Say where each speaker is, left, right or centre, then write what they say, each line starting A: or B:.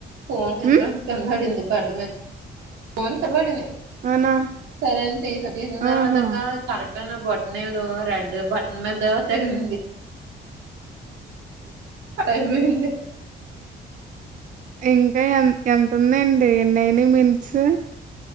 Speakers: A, on the right (about 80°); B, on the right (about 45°).
A: Phone జేబులోంచి
B: హ్మ్.
A: కింద పడింది <inaudible> ఫోన్ కిందబడింది.
B: అవునా?
A: సరేంతీ సతీన్ తర్వాత
B: ఆహా!
A: కాల్ కరెక్ట్ అన్నా బాట్ నెలు రెడ్ బటన్ మీద తగిలింది. ఇరవై ఉంది.
B: ఇంకా ఎం ఎంతుందేంటి ఎన్ అయినయ్ మినిట్స్